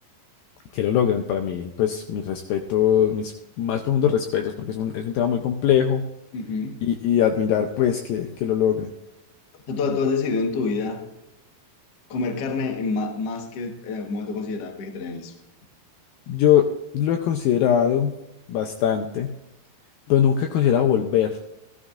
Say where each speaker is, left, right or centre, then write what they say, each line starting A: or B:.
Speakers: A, on the left; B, on the left.
A: que lo logran. Para mí, pues mis respetos, mis más profundos respetos, porque es un, es un tema muy complejo
B: Ujú.
A: y, y admirar pues que, que lo logren.
B: O sea, tú, tú has decidido en tu vida comer carne en ma- más que en algún momento considerar vegetarianismo.
A: Yo lo he considerado bastante, pero nunca he considerado volver.